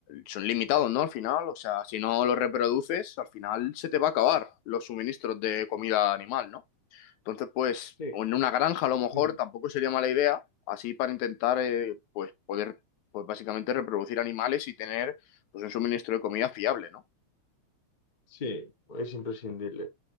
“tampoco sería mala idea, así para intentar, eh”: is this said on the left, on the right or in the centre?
Left